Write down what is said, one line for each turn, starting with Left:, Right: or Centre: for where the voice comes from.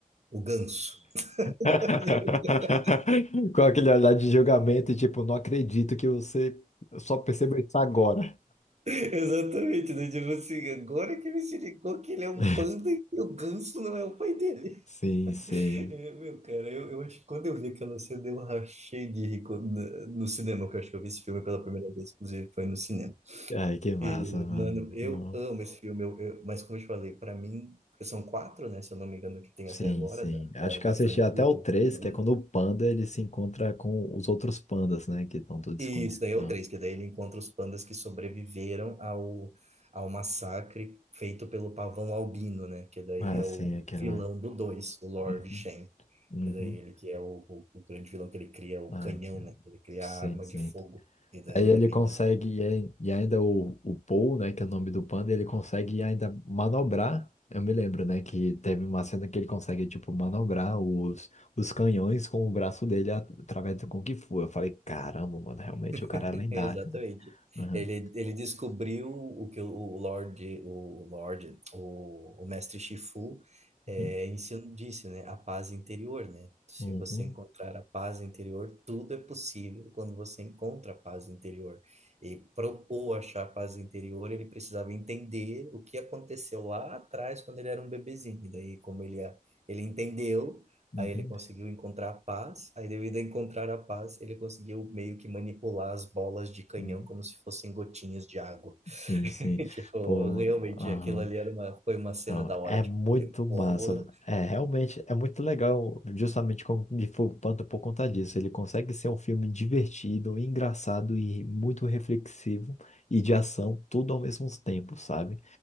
Right: o ganso. <laughs>
Left: <laughs> Com aquele olhar de julgamento, tipo, não acredito que você só percebeu isso agora.
Right: Exatamente, né? Tipo assim, agora que ele se ligou que ele é um
Left: <laughs>
Right: panda e o ganso não é o pai dele.
Left: Sim, sim.
Right: Eu, meu, cara, eu, eu acho que quando eu vi aquela cena, eu rachei de rir quando- né, no cinema, que eu acho que eu vi esse filme pela primeira vez, inclusive foi no cinema.
Left: Ai, que massa,
Right: E,
Left: mano.
Right: mano,
Left: Muito
Right: eu
Left: bom.
Right: amo esse filme, eu, eu- mas como eu te falei, pra mim, porque são quatro, né, se eu não me engano, que tem
Left: Sim,
Right: até agora,
Left: sim.
Right: da,
Left: Acho
Right: da,
Left: que
Right: da
Left: eu assisti
Right: franquia
Left: até o
Right: do
Left: 3
Right: Panda.
Left: que é quando o panda ele se encontra com os outros pandas, né? Que estão todos
Right: E
Left: escondidos.
Right: isso daí
Left: Então,
Right: é o três, que daí ele encontra os pandas que sobreviveram ao, ao massacre feito pelo pavão albino, né, que daí
Left: ah,
Right: é
Left: sim,
Right: o
Left: aquela.
Right: vilão do dois, o Lord
Left: Uhum,
Right: Shen.
Left: uhum.
Right: Que daí ele que é o, o, o grande vilão que ele cria, o
Left: Ah,
Right: canhão,
Left: que...
Right: né? Ele cria
Left: Sim,
Right: a arma
Left: sim.
Right: de fogo. E daí
Left: Aí ele
Right: ele vem
Left: consegue,
Right: de
Left: e ai- e ainda o, o Paul, né, que é o nome do panda, ele consegue ainda manobrar. Eu me lembro, né, que teve uma cena que ele consegue, tipo, manobrar os, os canhões com o braço dele at- através do Kung Fu. Eu falei, caramba, mano, realmente o cara
Right: <laughs>
Left: é lendário,
Right: Exatamente.
Left: né? Aham.
Right: Ele, ele descobriu o que o Lorde, o Lorde, o, o Mestre Shifu é,
Left: Uhum.
Right: ensinou, disse, né? A paz interior, né? Se
Left: Uhum.
Right: você encontrar a paz interior, tudo é possível quando você encontra a paz interior. E propor achar a paz interior, ele precisava entender o que aconteceu lá atrás, quando ele era um bebezinho. E daí, como ele, a- ele entendeu,
Left: Uhum.
Right: Aí ele conseguiu encontrar a paz, aí devido a encontrar a paz, ele conseguiu meio que manipular as bolas de canhão
Left: Uhum.
Right: como se fossem gotinhas de água.
Left: Sim,
Right: <laughs>
Left: sim.
Right: Tipo,
Left: Pô,
Right: realmente
Left: aham.
Right: aquilo ali era uma, foi uma cena
Left: Não,
Right: da hora,
Left: é
Right: tipo,
Left: muito
Right: eu falei,
Left: massa.
Right: pô,
Left: É, realmente é muito legal, justamente com de Fu Panda por conta disso. Ele consegue ser um filme divertido, engraçado e muito reflexivo e de ação, tudo ao mesmo tempo, sabe?